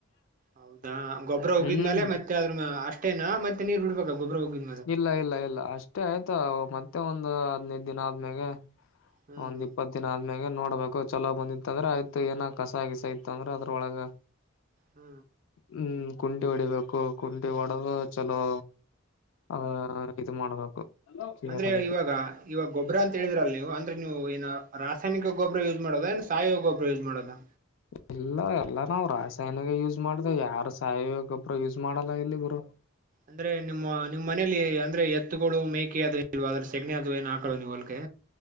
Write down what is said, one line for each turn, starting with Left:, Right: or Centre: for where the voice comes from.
Right: ಹೌದಾ ಗೊಬ್ಬರ ಉಗಿದ್ಮೇಲ್
Left: ಹ್ಮ್
Right: ಮತ್ತೆ ಅ್ರ ಅಷ್ಟೇನ ಮತ್ತೆ ನೀರ್ ಬಿಡ್ಬೇಕ ಗೊಬ್ಬರ ಉಗಿದ
Left: ಇಲ್ಲ ಇಲ್ಲ ಇಲ್ಲ ಅಷ್ಟೇ ಆಯ್ತಾ ಮತ್ತೆ ಒಂದು ಹದ್ ನೈದು ದಿನ ಆದ್ಮೇಲೆ
Right: ಹ್ಮ್
Left: ಒಂದ್ ಇಪ್ಪತ್ ದಿನ ಆದ್ಮ್ಯಾಗ ನೋಡ್ಬೇಕು ಚಲೋ ಬಂದಿತ್ತ ಅಂದ್ರೆ ಆಯ್ ಏನ ಕಸಾ ಗಿಸಾ ಇತ್ತ ಅಂದ್ರೆ ಅದ್ರೊಳಗ
Right: ಹ್ಮ್
Left: ಹ್ಮ್ ಕುಂಟಿ ಹೊಡಿಬೇಕು ಕುಂಠಿ ಹೊಡೆದು ಚಲೋ ಆಹ ಇದು ಮಾಡ್ಬೇಕು ಕೇರ್
Right: ಅಂದ್ರೆ ಇವಾಗ ಇವಾಗ ಗೊಬ್ಬ್ರಾ ಅಂತ ಹೇಳಿದ್ರಲ್ ನೀವು ಅಂದ್ರೆ ನೀವು ಏನ ರಾಸಾಯನಿಕ ಗೊಬ್ಬರ ಯೂಸ್ ಮಾಡೋದ ಸಾಯಿ ಗೊಬ್ಬರ ಯೂಸ್ ಮಾಡೋದಾ
Left: ಇಲ್ಲ ಎಲ್ಲ ನಾವು ರಾಸಾಯನಗ ಯೂಸ್ ಮಾಡ್ದ ಯಾರು ಸಾಯ ಗೊಬ್ಬರು ಯೂಸ್ ಮಾಡಲ್ಲ ಇಲ್ಲಿ ಗುರು
Right: ಅಂದ್ರೆ ನಿಮ್ಮ ನಿಮ್ಮ್ ಮನಲಿ ಅಂದ್ರೆ ಎತ್ತುಗಳು ಮೇಕೆ ಅದು ಇಲ್ ಅ್ರ ಸೆಗಣಿ ಅದು ಏನ್ ಹಾಕಲ್ ನೀವು ಹೊಲಕ್ಕೆ